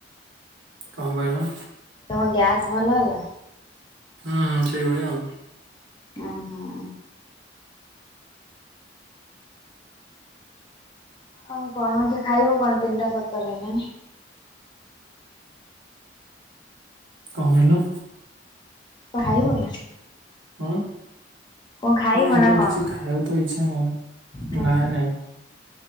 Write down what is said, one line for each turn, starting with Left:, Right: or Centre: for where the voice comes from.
Right: କଣ କହିଲ?
Left: ତମ ଗ୍ୟାସ୍ ଭଲ ହେଲା?
Right: ହୁଁ ହୁଁ ସେଇଭଳିଆ ଆଉ
Left: ଓ ହୋ। ଆଉ କଣ ଖାଇବ କଣ ତିନିଟା ସତର ହେଲାଣି।
Right: କଣ କହିଲ?
Left: କଣ ଖାଇବା ଏଇନା?
Right: ହୁଁ।
Left: କଣ ଖାଇବ
Right: ନାଁଇ
Left: ନା କଣ?
Right: କିଛି ଖାଇବାକୁ ତ ଇଛା ନାହିଁ
Left: ହଁ
Right: ନାଇଁ ନାଇଁ।